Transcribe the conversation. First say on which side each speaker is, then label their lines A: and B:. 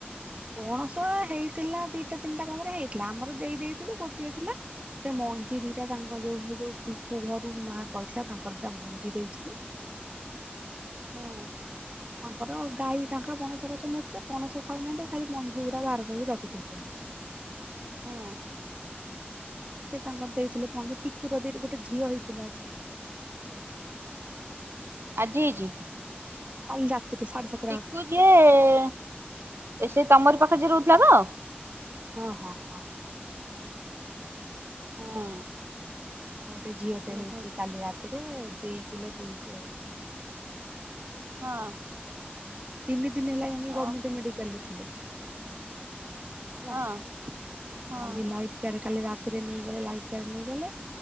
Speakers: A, on the right; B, on the right.
A: ପଣସ ହେଇଥିଲା, ଦିଟା ତିନିଟା କନ୍ଦରେ ହେଇଥିଲା। ଆମର ଦେଇ ଦେଇଥିଲୁ। ଗୋଟିଏ ଥିଲା। ସେ ମଞ୍ଜି ଦିଟା ତାଙ୍କ ଯୋଉ ହେ ଜଉ, ପିକୁ ଘରୁ ମା କହିଥିଲା, ତାଙ୍କର ଦିଟା ମଞ୍ଜି ଦେଇଥିଲେ।
B: ହଁ।
A: ତାଙ୍କର ଗାଈ ତାଙ୍କର ପଣସ ଗଛ ମେଚେ, ପଣସ ଖାଉନାହାଁନ୍ତି ଖାଲି, ମଞ୍ଜି ଗୁଡା ବାହାର କରିକି ରଖି ଦଉଛନ୍।
B: ହୁଁ।
A: ସେ ତାଙ୍କର ଦେଇଥିଲେ ପଣସ, ପିକୁର ଦେଇର ଗୋଟେ ଝିଅ ହେଇଛିଲୋ ଆଜି।
B: ଆଜି ହେଇଛି?
A: କାଲି ରାତିରେ ସାଢ଼େ ସାତ
B: ପକୁ ଯିଏ-ଏ, ସିଏ ତମରି ପାଖରେ ଯିଏ ରହୁଥିଲା ତ?
A: ହଁ, ହଁ, ହଁ।
B: ହୁଁ।
A: ତାର ଗୋଟେ ଝିଅଟେ
B: ଉଁ
A: ହେଇଛି
B: ହୁଁ
A: କାଲି ରାତିରେ-ଏ। ଦି କିଲୋ ଦୁଇଶହ ହେଇଛି।
B: ହଁ।
A: ତିନି ଦିନି ହେଲା ଯାଇଁକି, ଗଭ୍ମେଣ୍ଟେ
B: ଓ
A: ମେଡିକାଲ୍ ଲେ ଥିଲେ। ହେଲା,
B: ହଁ ହଁ
A: କାଲି ଲାଇଟ୍ ଟାରେ କାଲି ରାତିରେ ନେଇଗଲେ, ଲାଇଫ କାଡ୍ ନେଇଗଲେ।